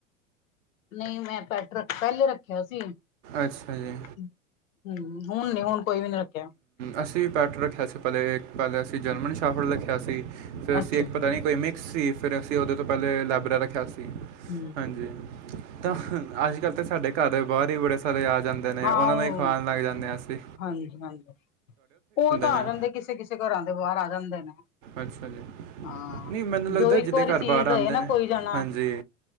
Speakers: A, on the left; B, on the right.
A: ਨਈ ਮੈਂ ਪੈਟ ਰੱਖ ਪੈਲੇ ਰੱਖੇਆ ਸੀ।
B: ਅੱਛਾ ਜੀ।
A: <unintelligible> ਹੂੰ, ਹੁਨ ਨੀ ਹੁਣ ਕੋਈ ਵੀ ਨੀ ਰੱਖਿਆ
B: ਅਸੀ ਵੀ ਪੈਟ ਰੱਖੇਆ ਸੀ ਪੈਲੇ, ਪੈਲੇ ਅਸੀ ਜਰਮਨ ਸ਼ਾਫਡ ਰੱਖੇਆ ਸੀ। ਫੇਰ ਅਸੀ
A: ਅੱਛਾ
B: ਏਕ
A: ਜੀ
B: ਪਤਾ ਨੀ ਕੋਈ ਮਿਕਸ ਸੀ। ਫੇਰ ਅਸੀ ਓਦੇ ਤੋ ਪੈਲੇ ਲੈਬਰਾ ਰੱਖੇਆ ਸੀ,
A: ਹਮ
B: ਹਾਂਜੀ। ਤਾਂ ਅੱਜ-ਕੱਲ ਤੇ ਸਾਡੇ ਘਾੱਰ ਦੇ ਬਾਰ ਈ ਬੜੇ ਸਾਰੇ ਆ ਜਾਂਦੇ ਨੇ,
A: ਹਾਂ
B: ਓਨਾਂ ਨੂੰ
A: ਉਹ
B: ਈ ਖਵਾਨ ਲੱਗ ਜਾਂਨੇ ਆਂ ਅਸੀ
A: ਹਾਂਜੀ, ਹਾਂਜੀ। ਓ ਤਾ
B: ਨੇ
A: ਆ ਜਾਂਦੇ ਕਿਸੇ, ਕਿਸੇ ਘਰਾਂ ਦੇ ਬਾਰ ਆ ਜਾਂਦੇ ਨੇ
B: ਅੱਛਾ ਜੀ
A: ਹਾਂ,
B: ਨਹੀਂ ਮੈਨੂੰ ਲੱਗਦਾ
A: ਜੋ ਇੱਕ
B: ਜਿਹਦੇ
A: ਵਾਰੀ
B: ਘਰ
A: ਚੀਜ਼
B: ਬਾਹਰ ਆਉਂਦੇ
A: ਦਏ ਨਾ
B: ਨੇ
A: ਕੋਈ ਜਣਾ
B: ਹਾਂਜੀ